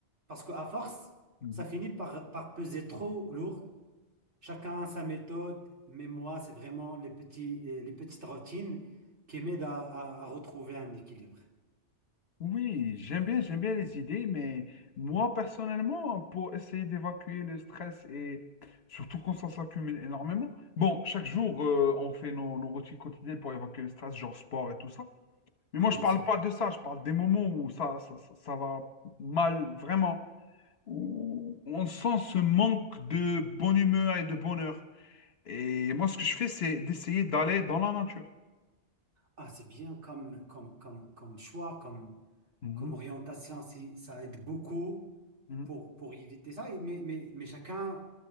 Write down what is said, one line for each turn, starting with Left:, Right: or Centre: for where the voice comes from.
Right: Parce qu'à force,
Left: Mhm.
Right: ça finit par, par peser trop lourd. Chacun a sa méthode, mais moi, c'est vraiment les petits, euh, les petites routines qui m'aident à, à- à retrouver un équilibre.
Left: Oui, j'aime bien, j'aime bien les idées, mais moi, personnellement, pour essayer d'évacuer le stress et surtout quand ça s'accumule énormément, bon, chaque jour, euh, on fait nos, nos routines quotidiennes pour évacuer le stress, genre sport et tout ça. Mais
Right: Ah,
Left: moi,
Right: bien
Left: je parle
Right: sûr.
Left: pas de ça, je parle des moments où ça, ça, ça ça va mal, vraiment. où on sent ce manque de bonne humeur et de bonheur. Et moi, ce que je fais, c'est d'essayer d'aller dans la nature.
Right: Ah, c'est bien comme, comme, comme, comme choix, comme,
Left: Mhm,
Right: comme orientation, si- ça aide beaucoup
Left: mhm,
Right: pour, pour éviter ça, Et- mais, mais, mais chacun